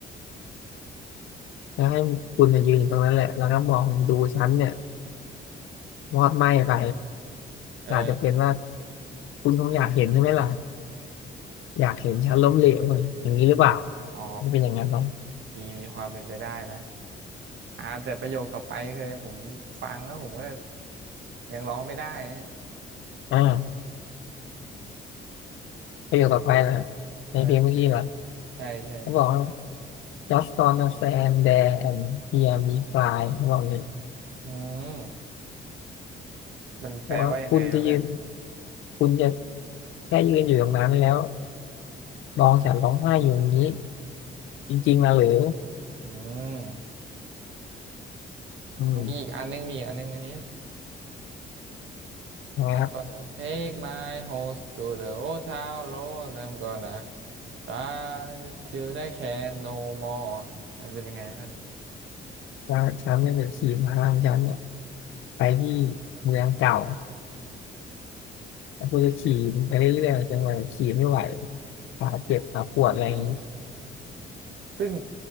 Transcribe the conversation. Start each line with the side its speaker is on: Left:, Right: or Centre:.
Left: แล้วให้คุณมายืนอยู่ตรงนั้นแหละ แล้วก็มองดูฉันเนี่ยมอดไหม้ไป
Right: เออ
Left: อาจจะเป็นว่าคุณคงอยากเห็นใช่ไหมล่ะอยากเห็นฉันล้มเหลวหน่อยอย่างนี้หรือเปล่า
Right: อ๋อ
Left: มันจะเป็นอย่างนั้นไหม
Right: มีมีความเป็นไปได้นะ อ่าแต่ประโยคต่อไปคือผมฟังแล้วผมก็ยังร้องไม่ได้นะ
Left: อ่าประโยคต่อไปนะในเพลงเมื่อกี้เหรอ
Right: เออใช่ใช่
Left: เขาบอกว่า just gonna stand there and hear me cry เขาบอกเลย
Right: อืม มันแปลว่ายังไงวะเพื่อน
Left: เพราะว่าคุณจะยืนคุณจะแค่ยืนอยู่ตรงนั้นแล้วมองฉันร้องไห้อยู่อย่างนี้ จริงๆนะหรือ
Right: อืม
Left: อืม
Right: มีอีกอันนึงมีอีกอันนึงอันนี้
Left: นะครับ
Right: I'm gonna take my horse to the old town road I'm gonna ride till I can no more มันเป็นยังไงเพื่อน
Left: ว่าฉันเนี่ยจะขี่พาของฉันเนี่ยไปที่เมืองเก่าแล้วกูจะขี่ไปเรื่อยๆจนกว่าขี่ไม่ไหวขาเจ็บขาปวดอะไรอย่างนี้
Right: อืมซึ่ง